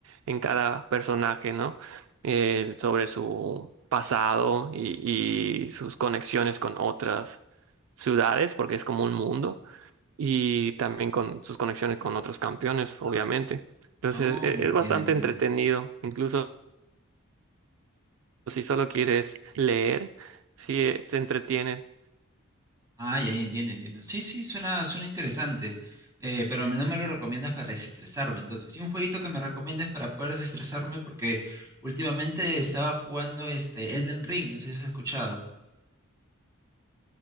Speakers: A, on the right (about 70°); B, on the right (about 15°).
A: en cada personaje, ¿no? Eh, sobre su pasado y, y sus conexiones con otras ciudades, porque es como un mundo, y también con sus conexiones con otros campeones, obviamente. Entonces,
B: oh,
A: e-
B: entiendo,
A: es bastante
B: entiendo.
A: entretenido, incluso o si solo quieres leer, si eh, se entretienen.
B: Ah, ya, ya, entiendo, entiendo. Sí, sí, suena, suena interesante. Eh, pero no me lo recomiendas para desestresarme, entonces. Y un jueguito que me recomiendes para poder desestresarme, porque últimamente estaba jugando este Elden Ring, no sé si has escuchado.